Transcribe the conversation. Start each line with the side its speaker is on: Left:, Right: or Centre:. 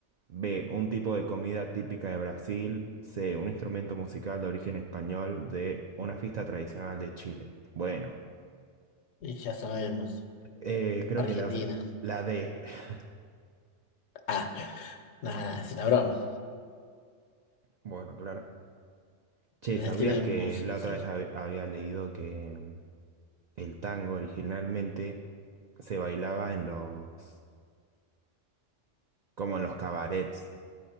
Right: B. Un tipo de comida típica de Brasil. C. Un instrumento musical de origen español. D. Una fiesta tradicional de Chile. Bueno,
Left: Y ya sabemos,
Right: eh, creo
Left: Argentina.
Right: que la, la D. <laughs>
Left: Ah, nada, nada, es una broma.
Right: Bueno, claro. Che,
Left: El
Right: ¿sabías
Left: estilo de
Right: que
Left: música,
Right: la
Left: sí.
Right: otra vez hab- había leído que mm, el tango originalmente se bailaba en los, como en los cabarets?